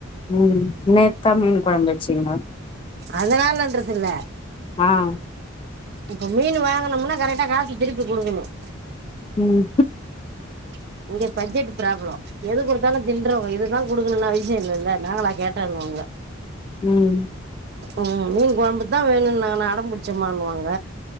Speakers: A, on the left; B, on the right.
A: உம் நேத்தா மீன் கொழம்பு வச்சீங்களா
B: அதனாலன்றது இல்ல
A: ஆஹ்
B: இப்ப மீன் வாங்கனொம்னா கரெக்டா காசு திருப்பி கொடுக்கணும்
A: உம்
B: <inaudible> இங்க பட்ஜெட் ப்ராப்ளம் எது கொடுத்தாலும் தின்றவங்க இதுதான் கொடுக்கணும்ன்னு அவசியம் இல்லல்ல நாங்கள கேட்டோனுவாங்க
A: உம்
B: ம் மீன் கொழம்புதான் வேணும் நா அட பிடிச்ச வாங்கு வாங்க